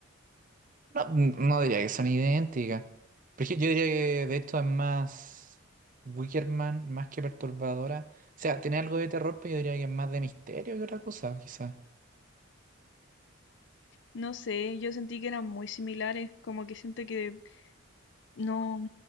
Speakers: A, on the right; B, on the left.
A: No, no diría que son idénticas. Pero es que yo diría que de hecho es más Wickerman, más que perturbadora. O sea, tiene algo de terror, pero yo diría que es más de misterio que otra cosa, quizás.
B: No sé, yo sentí que eran muy similares, como que siento que no,